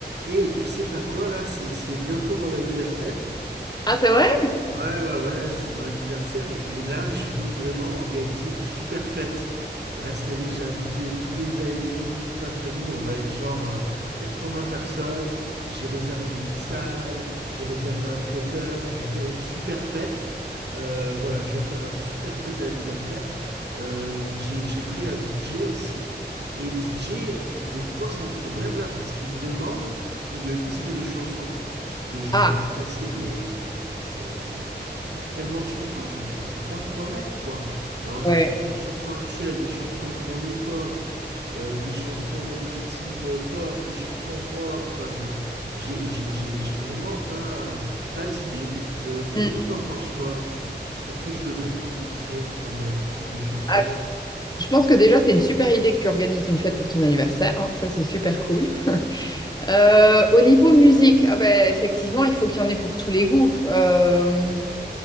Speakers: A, on the right; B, on the left.
A: Et tu sais pas quoi, là, c'est c'est bientôt mon anniversaire.
B: Ah, c'est vrai?
A: Ouais, ouais, ouais, c'est mon anniversaire et, et là, je veux vraiment organiser une super fête. Euh, Là, c'est-à-dire que j'ai invité tous mes amis, toute ma famille, on va être genre euh, vingts personnes. J'ai réservé une salle, j'ai réservé un traiteur, je vais faire une super fête. Euh, voilà, je vais faire un super fête d'anniversaire. Euh, j'ai, j'ai pris un DJ aussi et DJ, il me pose un problème là parce qu'il me demande une liste de chansons que je
B: Ah,
A: voudrais passer, mais... C'est, il y a tellement de chansons, je ne sais pas quoi mettre, quoi. Alors, est-ce
B: Ouais.
A: que j'ai des chansons actuelles, des chansons de mon époque, euh, des chansons de style euh, pop, des chansons rock? Enfin, je, j'ai, j'ai, j'ai- j'ai vraiment pas, pas d'idée. Euh, to-
B: hmm.
A: toi, t'en penses quoi? Qu'est-ce que je devrais privilégier comme euh, type de chanson?
B: Ah, je pense que déjà, c'est une super idée que tu organises une fête pour ton anniversaire. hein. Ça, c'est super cool. Euh, au niveau musique, ah ben, effectivement, il faut qu'il y en ait pour tous les goûts. Euh,